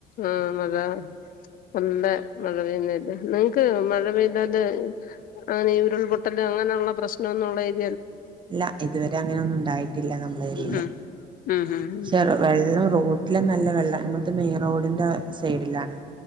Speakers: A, on the left (about 55°); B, on the right (about 30°).
A: ആ മഴ നല്ല മഴ പെയ്യുന്ന അല്ല നിങ്ങക്ക് മഴ പെയ്താല് അങ്ങനെ ഉരുൾപൊട്ടൽ അങ്ങനെയുള്ള പ്രശ്നമൊന്നുള്ള ഏരിയ
B: ഇല്ല ഇതുവരെ അങ്ങനെ ഒന്നും ഉണ്ടായിട്ടില്ല നമ്മളരിയില്‌
A: ഉം ഉം ഹും ഹും
B: പക്ഷേ വെള്ളം റോട്ട- അതിലുംനല്ല വെള്ളമി നമ്മടത് മെയിൻ റോഡി്- സൈഡിലാണ്